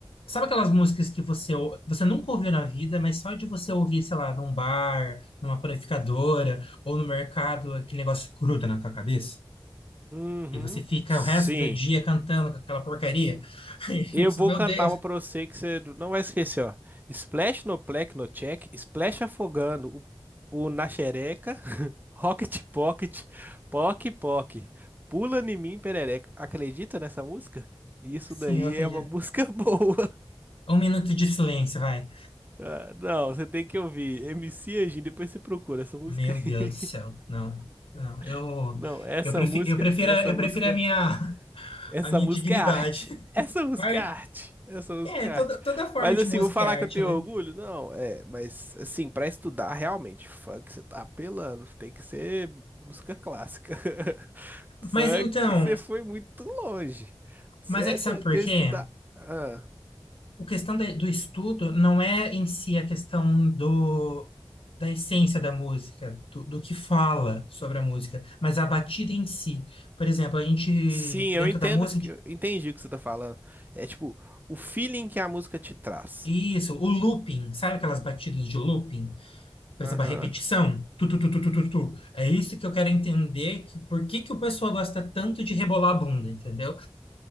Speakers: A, on the left; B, on the right.
A: Sabe aquelas músicas que você, ou- você nunca ouviu na vida, mas só de você ouvir, sei lá, num bar, numa panificadora ou no mercado, aquele negócio gruda na tua cabeça?
B: Uhum,
A: E você fica
B: sim.
A: o resto do dia cantando com aquela porcaria. <laughs> E
B: Eu
A: você,
B: vou
A: meu
B: cantar
A: Deus,
B: uma pra você que você não vai esquecer, ó. Splash no plec no check, splash afogando o, o na xereca, <laughs> rocket pocket, poc poc, pula em mim perereca. Acredita nessa música? Isso
A: sim,
B: daí
A: eu acredito.
B: é uma música <laughs> boa.
A: Um minuto de silêncio, vai.
B: Ah, Não, você tem que ouvir. MC Anjinho, depois você procura essa música
A: Meu
B: aí.
A: Deus do céu, não, não. Eu,
B: <laughs> Não, essa
A: eu prefiro,
B: música,
A: eu prefiro,
B: essa
A: eu
B: música.
A: prefiro a minha,
B: Essa
A: a minha
B: música
A: dignidade.
B: é arte.
A: <laughs>
B: Essa música
A: Vai.
B: é arte. Essa música
A: É, toda,
B: é arte.
A: toda forma
B: Mas
A: de
B: assim,
A: música
B: vou falar
A: é
B: que
A: arte,
B: eu tenho
A: né?
B: orgulho? Não, é, mas assim, pra estudar realmente, funk você tá apelando, tem que ser música clássica. <laughs> Funk
A: Mas então,
B: você foi muito longe. Você
A: mas
B: é
A: é que
B: doido,
A: sabe por
B: eu
A: quê?
B: estudar. Ah,
A: O questão da- do estudo não é em si a questão do, da essência da música, do, do que fala sobre a música, mas a batida em si. Por exemplo, a gente,
B: sim,
A: dentro
B: eu entendo,
A: da música,
B: que-
A: a gente-
B: eu entendi o que você tá falando. É tipo, o feeling que a música te traz.
A: isso, o looping, sabe aquelas batidas de looping? Por
B: Aham.
A: exemplo, a repetição, tu, tu, tu, tu, tu, tu, tu. É isso que eu quero entender, que, por que que o pessoal gosta tanto de rebolar a bunda, entendeu?